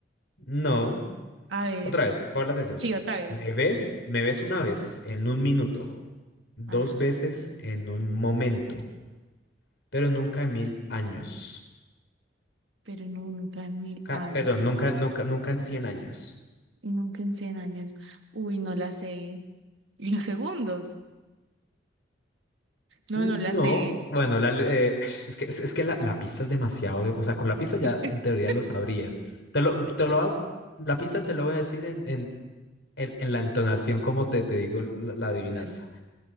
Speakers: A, on the left; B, on the right.
A: No.
B: A ver,
A: Otra vez, por la atención.
B: sí, otra vez.
A: Me ves, me ves una vez en un minuto, dos
B: Ajá.
A: veces en un momento, pero nunca en mil años.
B: pero nunca en mil
A: Ca-
B: años,
A: perdón, nunca, nunca, nunca en cien años.
B: nunca en cien años. Uy, no la sé. ¿Y los segundos? No,
A: No,
B: no la sé.
A: bueno, la eh, <sighs> es que, es, es que la, la pista es demasiado, de- o sea, con la pista ya
B: <laughs>
A: en teoría lo sabrías. Te lo, te lo, va- la pista te lo voy a decir en, en, en, en la entonación como te, te digo la, la adivinanza.
B: Dale.